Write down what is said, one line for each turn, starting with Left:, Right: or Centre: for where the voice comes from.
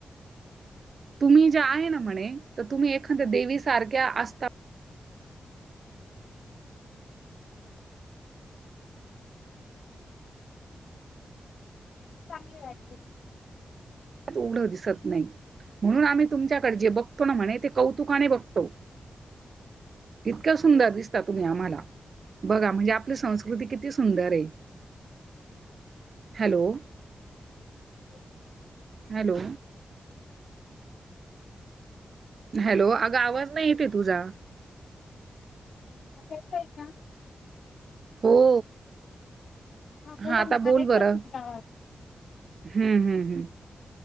Right: तुम्ही जे आहे ना म्हणे तर तुम्ही एखाद्या देवी सारख्या असता
Left: चांगली वाटते.
Right: एवढं दिसत नाही. म्हणून आम्ही तुमच्याकडे जे बघतो ना म्हणे ते कौतुकाने बघतो इतकं सुंदर दिसता तुम्ही आम्हाला बघा म्हणजे आपली संस्कृती किती सुंदर आहे. हॅलो!
Left: <inaudible>
Right: हॅलो! हॅलो! अगं आवाज नाही येतेय तुझा?
Left: आता येतोय का?
Right: हो.
Left: हा बोला
Right: आता
Left: ना मला
Right: बोल
Left: येतय
Right: बरं.
Left: तुमचा आवाज.
Right: हम्म हम्म हम्म.